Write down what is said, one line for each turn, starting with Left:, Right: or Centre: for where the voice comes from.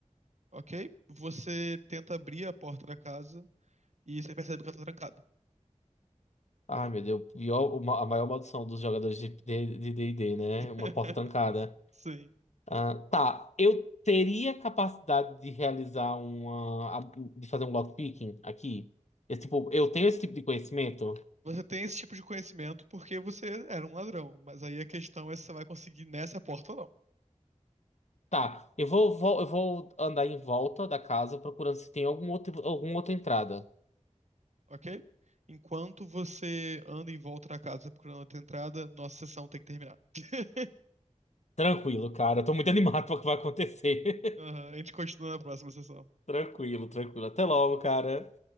Right: Ok? Você tenta abrir a porta da casa e você percebe que ela tá trancada.
Left: Ai, meu Deus, pior, uma- a maior maldição dos jogadores de de- de D, e D, né?
Right: <laughs>
Left: Uma porta trancada.
Right: Sim.
Left: Ah, tá, eu teria capacidade de realizar uma, de fazer um lockpicking aqui. Esse tipo, eu tenho esse tipo de conhecimento.
Right: Você tem esse tipo de conhecimento porque você era um ladrão, mas aí a questão é se você vai conseguir nessa porta ou não.
Left: Tá, eu vou, vou- eu vou andar em volta da casa procurando se tem algum outro, alguma outra entrada.
Right: ok? Enquanto você anda em volta da casa procurando outra entrada, nossa sessão tem que terminar. <laughs>
Left: Tranquilo, cara. Eu tô muito <laughs> animado para o que vai acontecer.
Right: Aham, a gente continua na próxima sessão.
Left: <laughs> Tranquilo, tranquilo. Até logo, cara.